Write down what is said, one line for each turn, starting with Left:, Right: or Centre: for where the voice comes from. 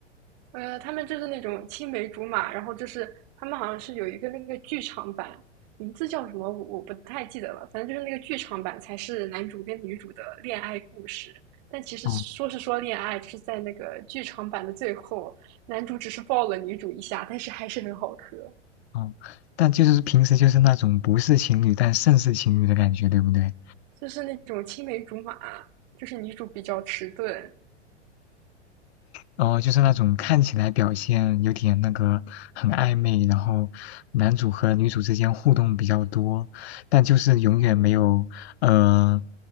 Right: 呃，他们就是那种青梅竹马，然后就是他们好像是有一个那个剧场版，名字叫什么我我不太记得了，反正就是那个剧场版才是男主跟女主的恋爱故事。但其实说是说恋爱，
Left: 哦
Right: 就是在那个剧场版的最后，男主只是抱了女主一下，但是还是很好磕，
Left: 哦，但就是平时就是那种不是情侣但胜似情侣的感觉，对不对？
Right: 就是那种青梅竹马，就是女主比较迟钝，
Left: 然后就是那种看起来表现有点那个很暧昧，然后男主和女主之间互动比较多，但就是永远没有呃，
Right: 嗯，